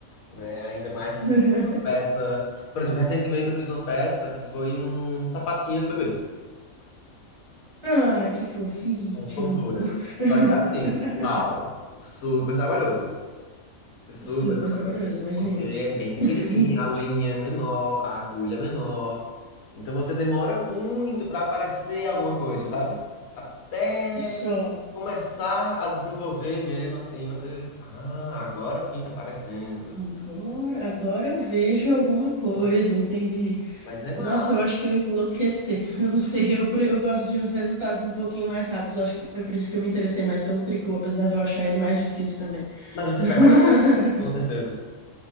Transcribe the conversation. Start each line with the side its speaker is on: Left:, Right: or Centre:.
Left: né? Ainda mais se
Right: <laughs>
Left: você fosse uma peça. Por exemplo, recentemente eu fiz uma peça que foi um sapatinho de bebê,
Right: Ai, que fofinho.
Left: com fofura.
Right: <laughs>
Left: Só que é assim, uau, super trabalhoso. Super
Right: Super
Left: trabalhoso.
Right: trabalhoso, imagino.
Left: Porque é bem pequenininha,
Right: <laughs>
Left: a linha é menor, a agulha é menor. Então você demora muito para aparecer alguma coisa, sabe? Até
Right: Só.
Left: começar a desenvolver mesmo, assim, vocês. Ah, agora sim tá aparecendo.
Right: Agora, agora eu vejo alguma coisa,
Left: Pô,
Right: entendi.
Left: Mas é massa.
Right: Nossa, eu acho que eu ia enlouquecer. <laughs> Eu não sei, eu, pre- eu gosto de uns resultados um pouquinho mais rápidos. Eu acho que foi por isso que eu me interessei mais pelo tricô, apesar de eu achar ele mais difícil também.
Left: Mas o tricô
Right: <laughs>
Left: é mais fácil, com certeza.